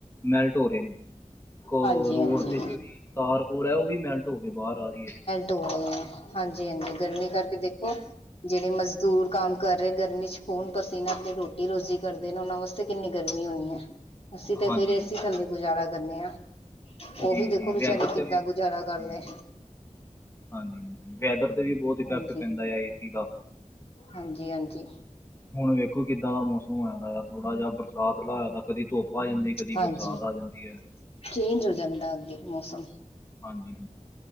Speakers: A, on the left; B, on the left.
A: ਮੈਲਟ ਹੋ ਰਹੇ ਨੇ। ਇਕ
B: ਹਾਂਜੀ
A: ਰੋਡ
B: ਹਾਂਜੀ
A: ਤੇ ਜਿਹੜੀ ਤਾਰ ਹੈ ਉਹ ਵੀ ਮੈਲਟ ਹੋ ਕੇ ਬਾਹਰ ਆ ਰਹੀ ਹੈ।
B: ਤੋ ਹਾਂਜੀ ਹਾਂਜੀ ਗਰਮੀ ਕਰਕੇ ਦੇਖੋ। ਜਿਹੜੇ ਮਜ਼ਦੂਰ ਕੰਮ ਕਰ ਰਹੇ, ਗਰਮੀ ਚ ਖੂਨ ਪਸੀਨਾ ਆਪਣੇ ਰੋਟੀ ਰੋਜ਼ੀ ਕਰਦੇ ਨੇ, ਉਹ ਵਾਸਤੇ ਕਿੰਨੀ ਗਰਮੀ ਹੋਣੀ ਹੈ, ਅਸੀਂ ਤੇ
A: ਹਾਂਜੀ
B: ਫੇਰ ਏੇ
A: ਹਾਂਜੀ
B: ਸੀ ਥੱਲੇ ਗੁਜ਼ਾਰਾ ਕਰਨੇ ਆ। ਉਹ
A: ਜੀ
B: ਵੀ ਦੇਖੋ
A: ਜੀ
B: ਵਿਚਾਰੇ,
A: ਵੈਦਰ ਤੇ
B: ਕਿੱਦਾਂ
A: ਵੀ
B: ਗੁਜ਼ਾਰਾ ਕਰ
A: ਜੀ
B: ਲਏ।
A: ਜੀ ਹਾਂਜੀ, ਵੈਦਰ ਤੇ ਵੀ ਬਹੁਤ
B: ਹਾਂਜੀ
A: ਇਫੈਕਟ ਪੈਂਦਾ ਆ, ਏ ਸੀ ਦਾ।
B: ਹਾਂਜੀ ਹਾਂਜੀ।
A: ਹੁਣ ਵੇਖੋ ਕਿੱਦਾਂ ਦਾ ਮੌਸਮ ਹੋਯਾ ਦਾ ਐ, ਥੋੜ੍ਹਾ ਜਹਾ ਬਰਸਾਤ ਲਾਆ ਦਾ, ਕਦੀ ਧੁੱਪ ਆ ਜਾਂਦੀ। ਕਦੀ
B: ਹਾਂਜੀ
A: ਬਰਸਾਤ ਆ ਜਾਂਦੀ ਐ।
B: ਚੇਂਜ ਹੋ ਜਾਂਦਾ ਅੱਗੇ ਮੌਸਮ।
A: ਹਾਂਜੀ।